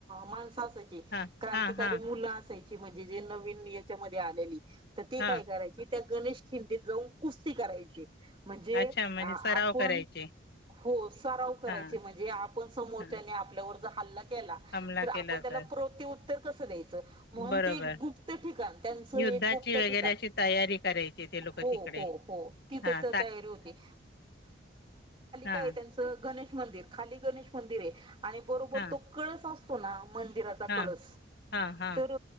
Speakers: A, on the right (about 25°); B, on the left (about 50°).
A: माणसं असाय
B: हां,
A: क्रांतिकारी
B: हां, हां,
A: मुलं असायची म्हणजे जे नवीन नियतीमध्ये आलेली. तर ती
B: हां.
A: काय करायची त्या गणेश खिंडीत जाऊन कुस्ती करायची. म्हणजे
B: अच्छा म्हणजे
A: अ
B: सराव
A: आपण
B: करायचे.
A: हो सराव करायचे
B: हां,
A: म्हणजे आपण समोरच्याने
B: हां.
A: आपल्यावर, हल्ला केला
B: हमला
A: तर
B: केला
A: आपण त्याला
B: तर.
A: प्रवृत्ती उत्तर कसं द्यायचं म्हणून
B: बरोबर.
A: ते एक गुप्त ठिकाण त्यांचं
B: युद्धाची
A: एक गुप्त
B: वगरची
A: ठिकाण
B: तयारी करायची ते लोक
A: हो
B: तिकडे
A: हो हो तिथं
B: हा
A: तर तयारी खाली
B: हां,
A: काय ग मिर खाली गणेश मंदिर आहे आणि बरोबर
B: हां,
A: तो कळस असतो ना, मंदिराचा
B: हां,
A: कळस
B: हां, हां.
A: तर